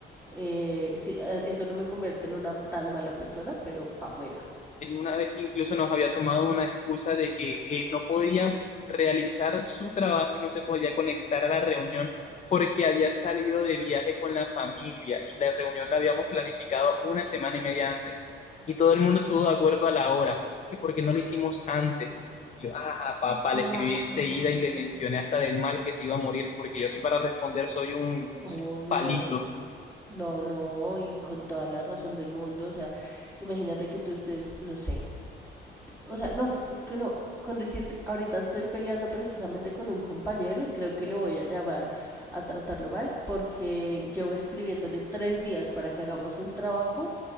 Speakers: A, on the right (about 15°); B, on the left (about 35°).
A: Eh, sí, eh, eso no me convierte en una tan mala persona, pero para afuera.
B: Él una vez incluso nos había tomado una excusa de que eh, no podía realizar su trabajo y no se podía conectar a la reunión porque había salido de viaje con la familia y la reunión la habíamos planificado una semana y media antes. Y todo el mundo estuvo de acuerdo a la hora, que porque no lo hicimos antes. Y yo, ajá, papá,
A: Ah,
B: le escribí enseguida y le mencioné hasta del mal que se iba a morir, porque yo sí para responder soy un
A: obvio.
B: palito.
A: No, no, y con toda la razón del mundo, o sea, imagínate que tú estés, no sé, o sea, no, es que no, con decirte, ahorita estoy peleando precisamente con un compañero y creo que le voy a llamar a tratarlo mal porque llevo escribiéndole tres días para que hagamos un trabajo